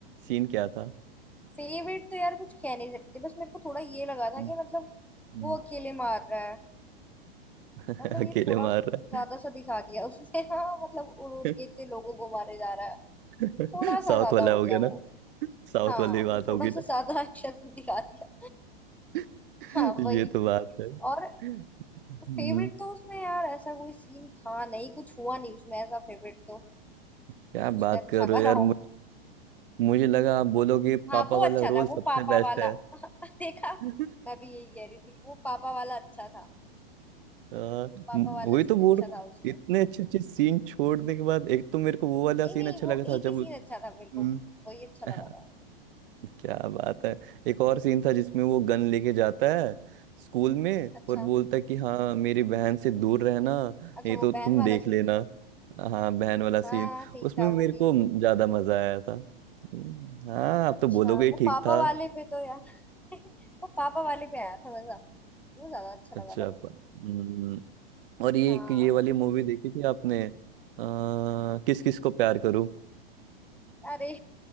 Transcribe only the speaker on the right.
सीन क्या था
हम्म,
हम्म।
<laughs>
अकेले
मार रहा
है
<laughs>
साउथ
वाला
हो गया
ना साउथ
वाली बात
होगी
ना
<laughs>
ये तो बात है
हम्म,
क्या
बात
कर रहे
हो यार
मुझ- मुझे लगा आप बोलोगे
पापा
वाला
रोल
सबसे
बेस्ट
है
हाँ,
म-
वही
तो बोल
रहा
हूँ
इतने अच्छे अच्छे सीन छोड़ने के बाद एक तो मेरे को वो वाला
सीन
अच्छा
लगा था
जब
हम्म,
<laughs> हाँ,
क्या बात है एक और सीन था जिसमें वो गन लेके जाता है स्कूल में
और बोलता है कि हाँ मेरी बहन से दूर रहना नहीं
तो
तुम
देख लेना
हाँ बहन वाला सीन
उसमें
मेरे
को ज्यादा मजा आया था हम्म, हाँ आप
तो बोलोगे ही
ठीक
था
अच्छा
प-
हम्म, और ये
एक ये वाली मूवी देखी थी आपने आ, किस किस को प्यार करूं